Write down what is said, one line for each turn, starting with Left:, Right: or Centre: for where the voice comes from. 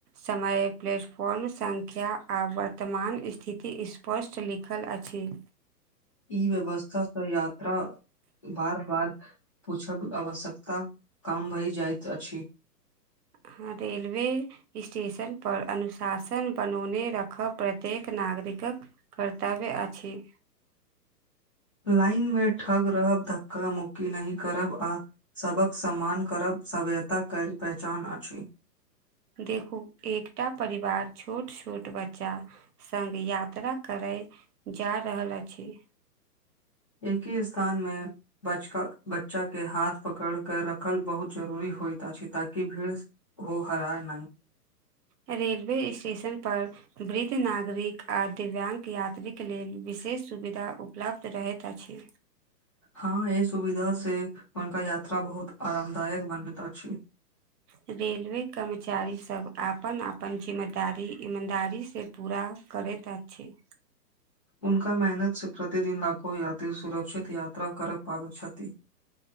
Right: समय प्लेट फॉर्म संख्या आ वर्तमान स्थिति स्पष्ट लिखल अछि
Left: ई व्यवस्थास से यात्रा बार बार पूछब आवश्यकता काम भइ जाइत अछि
Right: हं रेलवे स्टेशन पर अनुशासन बनौने रखब प्रत्येक नागरिकक कर्तव्य अछि
Left: लाइन में ठग रहब धक्का मुक्की नहि करब आ सबक सम्मान करब सभ्यताक पहचान अछि
Right: देखू एकटा परिवार छोट छोट बच्चा संग यात्रा करय जा रहल अछि
Left: एक हे स्थान में बचक बच्चा के हाथ पकड़ क रखल बहुत जरूरी होय छै ताकि भीड़ ओ हरा नहि
Right: रेलवे स्टेशन पर वृद्ध नागरिक आ दिव्याङ्ग यात्रीक लेल विशेष सुविधा उपलब्ध रहैत अछि
Left: हँ एहि सुविधा से हुनका यात्रा बहुत आरामदायक बनत अछि
Right: रेलवे कर्मचारी सब आपन आपन जिम्मेदारी ईमानदारी से पूरा करैत अछि
Left: उनका मेहनत से प्रतिदिन लाखो यात्री सुरक्षित यात्रा कर पाबै छथि